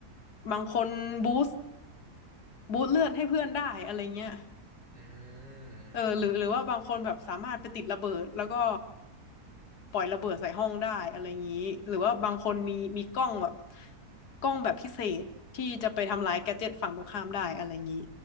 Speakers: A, on the left (about 85°); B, on the right (about 55°).
A: บางคนบูสต์บูสต์เลือดให้เพื่อนได้อะไรเงี้ย
B: อืมอืมอืม
A: เออหรือหรือว่าบางคนแบบสามารถไปติดระเบิดแล้วก็ปล่อยระเบิดใส่ห้องได้อะไรอย่างนี้หรือว่าบางคนมีมีกล้องแบบกล้องแบบพิเศษที่จะไปทำลายแกดเจ็ตฝั่งตรงข้ามได้อะไรอย่างนี้